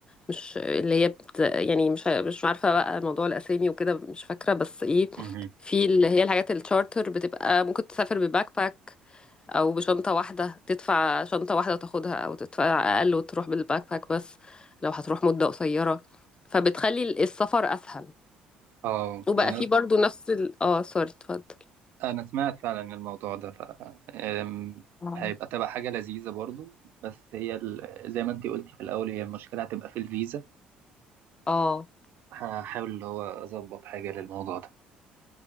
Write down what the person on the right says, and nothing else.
مهم.
اه
ما انا
انا سمعت فعلا الموضوع ده ف أم،
هيبقى تبقى حاجة لذيذة برضو بس هي ال... زي ما انتي قلتي في الاول هي المشكلة هتبقى في الفيزا
فهحاول اللي هو اظبط حاجة للموضوع ده